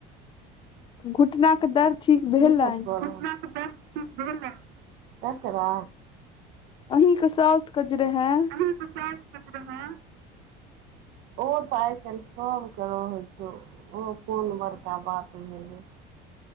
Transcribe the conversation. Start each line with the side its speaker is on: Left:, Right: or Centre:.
Left: घुटना केँ दर्द ठीक भेलनि
Right: कि सब कऽ रहल घुटना केँ दर्द ठीक भेल केकरा
Left: अही कऽ साउस केँ जे रहे
Right: अहाँ कऽ सौस केँ जे रहे ओहो तऽ आइ काइल सब केँ रहे छै ओ कोन बड़का बात भेलै